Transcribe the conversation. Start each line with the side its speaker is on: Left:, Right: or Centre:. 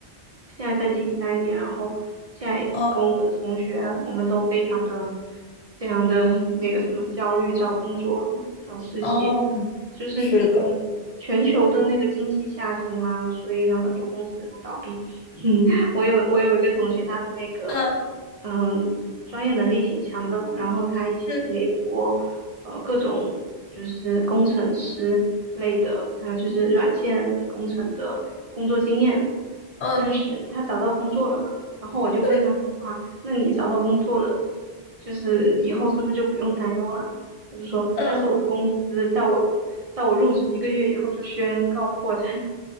Right: 现在在第三年，然后现在跟我的同学，
Left: 哦
Right: 我们都非常的、非常的那个什么焦虑，找工作、找实习，
Left: 哦，
Right: 就是嗯，
Left: 是的。
Right: 全球的那个经济下行嘛，所以呢，很多公司都倒闭。<laughs> 嗯，我有我有一个同学，他的那个
Left: 嗯
Right: 嗯专业能力挺强的，然后他以前也有过。
Left: 嗯
Right: 呃各种就是工程师类的，还有就是软件工程的工作经验。
Left: 嗯，
Right: 但是他找到工作了嘛，然后我就问他说，
Left: 对。
Right: 哇，那你找到工作了，就是以后是不是就不用担忧了？他就说，
Left: 嗯。
Right: 但是我的公司在我在我入职一个月以后就宣告破产。